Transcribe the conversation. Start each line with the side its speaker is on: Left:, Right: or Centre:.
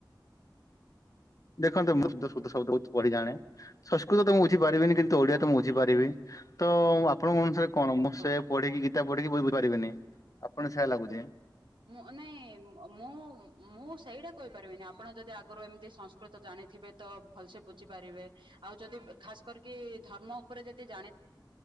Left: ଦେଖନ୍ତ ମୁଁ ଶ ଶବଦ ବହୁ ପଢି ଜାେ ସଂସ୍କୃତ ତ ମୁଁ ବଝିାରିବିନି କିୁ ଓଡିଆ
Right: ହଁ
Left: ତ ମୁ ବଝି ପାରିବି ତ ଆପଣଙ୍କ ଅନୁସାରେ କଣ ମୁଁ
Right: ହଁ।
Left: ସେ ପଢିକି କି ବଢିକି ବ ବୁଝପାରିବେନି ଆପଣ ସେୟା ଲାଗୁେ
Right: ମୁଁ ନାଇଁ ମୁଁ ମୁଁ ସେଇଟା କହିପାରିବିନି ଆପଣ ଯଦି ଆଗରୁ ଏମିତି ତ ଜାଣିଥିବେ ତ ଭଲସେ ବୁଝିପାରିବେ ଆଉ ଯଦି ଖାସ କରିକି ଧର୍ମ ଉପରେ ଯଦି ଜାଣି